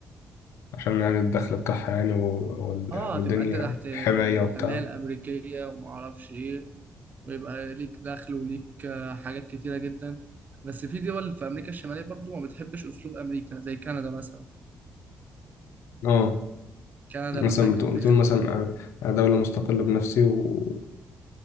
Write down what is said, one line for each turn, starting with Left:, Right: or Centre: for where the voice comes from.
Left: عشان يعني الدخل بتاعها يعني و- وال-
Right: اه
Left: والدنيا
Right: تبقى انت تحت
Left: والحمايه وبتاع
Right: حماية الامريكيه وما اعرفش ايه ويبقى ليك دخل وليك آه، حاجات كتيرة جدا بس في دول في أمريكا الشمالية برضو ما بتحبش أسلوب أمريكا زي كندا مثلا
Left: اه
Right: كندا
Left: مثلا
Right: مثلا كان
Left: بتقول
Right: في
Left: بتقول
Right: خ-
Left: مثلا انا أنا دوله مستقله بنفسي و